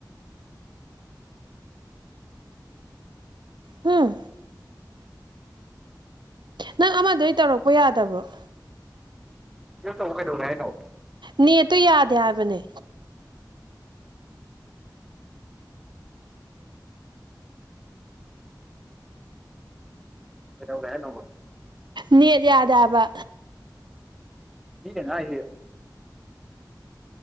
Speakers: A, on the right; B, in the centre.
A: ꯎꯝ ꯅꯪ ꯑꯃꯗꯩ ꯇꯧꯔꯛꯄ ꯌꯥꯗꯕꯔꫭ
B: ꯁꯤꯗꯥ‌‌ ꯇꯧꯕꯥ ꯀꯩꯗꯧꯔ‌ꯦ ꯍꯥꯏꯅꫭ
A: ꯅꯦꯠꯇꯨ ꯌꯥꯗꯦ ꯍꯥꯏꯕꯅꯦ
B: ꯀꯩꯙꯧꯔ‌ꯦ ꯍꯥꯏꯅꫭꯕ
A: ꯅꯦꯠ ꯌꯥꯗ‌ꯦ ꯍꯥꯏꯕ
B: ꯃꯤꯅꯥꯉꯥꯡꯉꯤꯁꯤ